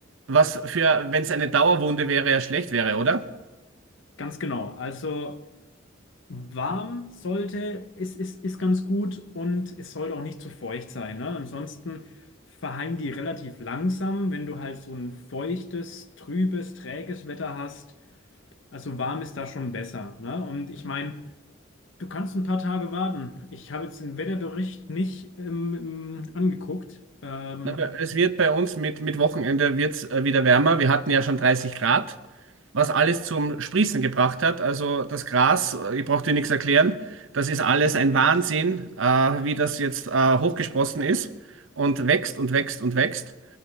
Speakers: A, on the right; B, on the left.
A: was für, wenn es eine Dauerwunde wäre, ja schlecht wäre, oder?
B: ganz genau. Also Warm sollte, es ist, ist ganz gut und es sollte auch nicht zu feucht sein. Ne? Ansonsten verhallen die relativ langsam, wenn du halt so ein feuchtes, trübes, träges Wetter hast. Also warm ist da schon besser. Ne? Und ich meine, du kannst ein paar Tage warten. Ich habe jetzt den Wetterbericht nicht ähm, ähm, angeguckt. Ähm,
A: Na, äh, es wird bei uns mit, mit Wochenende wird's, äh, wieder wärmer. Wir hatten ja schon 30 Grad, was alles zum Sprießen gebracht hat. Also das Gras, äh, ich brauche dir nichts erklären, das ist alles ein Wahnsinn, äh, wie das jetzt äh, hochgesprossen ist und wächst und wächst und wächst.